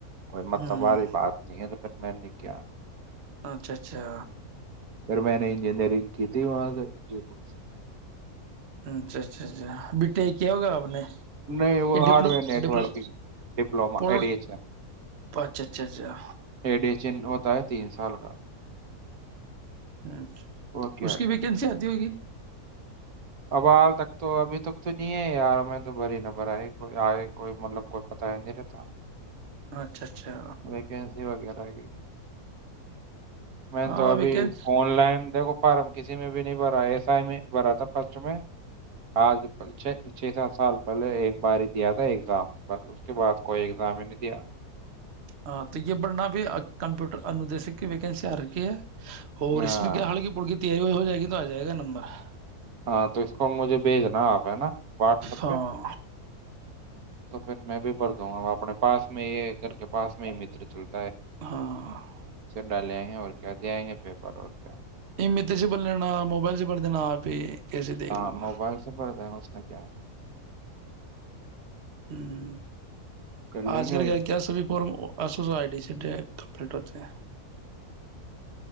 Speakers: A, on the right; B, on the right.
A: کوئی مطلب
B: ہ
A: والی بات نہیں ہے تو پھر میں کیا
B: اچھا اچھا
A: پھر میں نے انجینئرنگ کی تھی وہاں جے پور سے <unintelligible>
B: اچھا اچھا اچھا بیٹے کیا ہوگا آپ نے
A: نہیں
B: یہ ڈپلو
A: ہارڈر نیٹکگ
B: ڈپلو
A: ڈپ
B: پولو
A: ایڈشنڈ
B: اچھا اچھا اچھا
A: جن ہوتا ہے تین سال کا
B: اچھا
A: وہ
B: تو
A: کیا
B: اس کی
A: تھا
B: ویکینسی آتی ہوگی
A: اب حال تک تو ابھی تک تو نہیں ہے یار میں تو بھر ہی نہبھرئی کوئی آئے کوئی مطلب کوئی پتاہ ہی نہیں رہتا
B: اچھا اچھا
A: ویکینسی <unintelligible> میں
B: ہاں
A: نے تو ابھی
B: ویکین
A: آن لائن دیکھو <unintelligible> فارم کسی میں بھی نہیں بھرا ایس آئی میں بھرا تھا فسٹ میں آج چھ چھ سات سال پہلے ایک بار ہی دیا تھا ایگزام بس اس کے بعد کوئی ایگزام ہی نہیں دیا <unintelligible>
B: ہاں تو یہ بڑھنا بھی کمپیوٹر اندیشک کی ویکنسی آ رہکھی ہے <unintelligible> اور
A: ہاں
B: اس میں کیا ہلکی پڑکی ت <unintelligible> ہو جائے گی تو آ جائے گا نمبر <unintelligible>
A: ہاں تو اس کو مجھے <unintelligible> بھیجنا آپ ہے نا واٹسپ
B: ہاں
A: پہ <inaudible> تو پھر میں بھی بھر دوں گا اپنے پس میں ہی گھر کے پاس میں ہی متر چلتے
B: ہاں
A: <unintelligible>
B: <unintelligible>
A: ڈ لیں گے اور کیا دےئیں گے پیپر اور کیا <inaudible>
B: یہ میتے سے بھر لین موبائل سے بھر دینا آپ ہی <unintelligible>
A: ہاں
B: لینا
A: موبائل
B: ہ
A: سے پڑ دیں اس نے <unintelligible> کیا <inaudible>
B: ہوں <inaudible>
A: کر لیں
B: آج
A: گے
B: کل
A: ہوں،
B: کیا کیا سبھی فورم <unintelligible> اس اس آئی ڈی سی ڈٹر <unintelligible> پلٹو سے <inaudible>